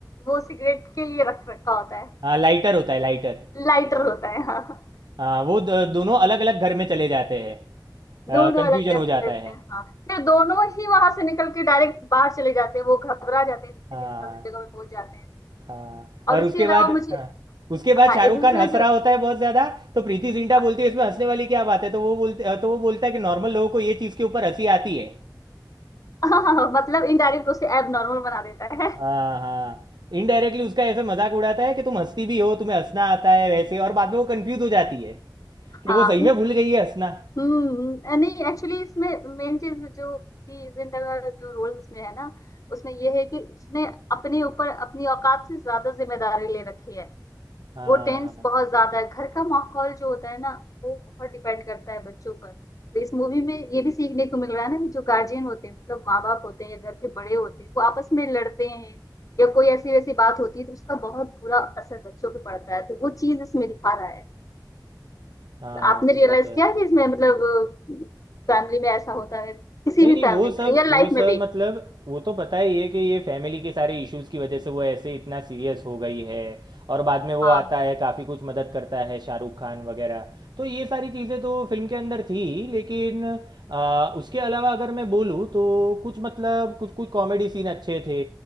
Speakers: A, on the left; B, on the right.
A: वो सिगरेट के लिए रख रखा होता है
B: हाँ लाइटर होता है लाइटर
A: लाइटर होता है हाँ
B: हाँ वो द- दोनों अलग अलग घर में चले जाते हैं
A: दोनों
B: कंफ्यूजन
A: अलग कर
B: हो
A: देते
B: जाता है
A: हैं हाँ फिर दोनों ही वहां से निकल के डायरेक्ट बाहर चले जाते हैं वो घबरा जाते हैं दूसरी
B: हाँ
A: जगह जगह पे पहुंच जाते हैं
B: हाँ
A: और
B: और
A: उसके
B: उसके
A: अलावा
B: बाद
A: मुझे
B: हाँ उसके बाद
A: हाँ
B: शाहरुख
A: ये दूसरा
B: खान हंस रहा
A: जो
B: होता है बहुत ज्यादा तो प्रीति जिंटा
A: हाँ,
B: बोलती है इसमें हंसने वाली क्या बात है तो वो बोलते तो वो बोलता है कि नॉर्मल लोगों को ये चीज़ के ऊपर हंसी आती है
A: <laughs> हाँ, हाँ, मतलब इनडायरेक्ट उसे एब नॉर्मल बना देता है
B: हाँ हाँ इनडायरेक्टली उसका ऐसे मजाक उड़ाता है कि तुम हंसती भी हो तुम्हें हंसना आता है वैसे और बाद में वो कंफ्यूज हो जाती है कि
A: हाँ
B: वो सही में भूल गई है हंसना
A: हम्म अ, नहीं एक्चुअली इसमें मेन चीज जो कि जिंदा का जो रोल इसमें है ना उसमें ये है कि उसने अपने ऊपर अपनी औकात से ज्यादा जिम्मेदारी ले रखी है
B: हाँ
A: वो टेंस
B: हाँ हाँ
A: बहुत ज्यादा है घर का माहौल जो होता है ना वो बहुत डिपेंड करता है बच्चों पर तो इस मूवी में ये भी सीखने को मिल रहा है ना कि जो गार्जियन होते हैं मतलब माँ बाप होते हैं या घर के बड़े होते हैं वो आपस में लड़ते हैं या कोई ऐसी वैसी बात होती है तो उसका बहुत बुरा असर बच्चों पे पड़ता है तो वो चीज इसमें दिखा रहा है
B: हाँ,
A: आपने
B: वो
A: रियलाइज
B: बात तो है
A: किया कि इसमें मतलब फैमिली में ऐसा होता है किसी
B: नहीं
A: भी
B: नहीं
A: फैमिली
B: वो
A: में
B: सब
A: रियल
B: वो
A: लाइफ
B: सब
A: में भी
B: मतलब वो तो पता ही है कि ये फैमिली के सारे इश्यूज की वजह से वो ऐसे इतना सीरियस हो गई है और बाद में वो
A: हाँ
B: आता है काफ़ी कुछ मदद करता है शाहरुख खान वगैरह तो ये सारी चीज़ें तो फिल्म के अंदर थी लेकिन आ, उसके अलावा अगर मैं बोलूँ तो कुछ मतलब कुछ कुछ कॉमेडी सीन अच्छे थे